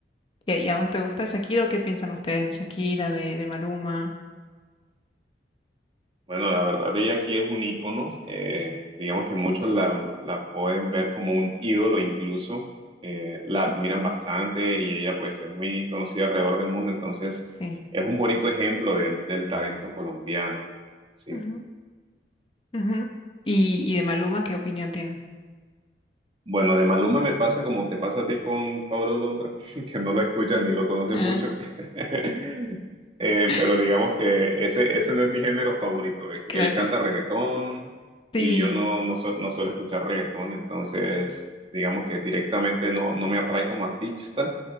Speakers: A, on the left (about 30°); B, on the right (about 30°).
A: ¿y a y a vos te gusta Shakira o qué piensan ustedes de Shakira, de, de Maluma?
B: Bueno, la verdad, ella aquí es un ícono. eh, digamos que muchos la, la pueden ver como un ídolo incluso. eh, la
A: Ajá,
B: admiran bastante y ella pues es muy conocida alrededor del mundo. Entonces,
A: sí.
B: es un bonito ejemplo del, del talento colombiano. Sí.
A: Ujú, ujú. Y, y de Maluma, ¿qué opinión tienen?
B: Bueno, de Maluma me pasa como te pasa a ti con Paulo Londra, <laughs> que no lo escuchas ni lo conoces
A: Ah,
B: mucho. <laughs> Eh,
A: <laughs>
B: pero digamos que ese, ese no es mi género favorito. Eh, Él
A: claro.
B: canta reggaetón y
A: Sí,
B: yo no, no, su- no suelo escuchar reggaetón, entonces digamos que directamente no, no me atrae como artista,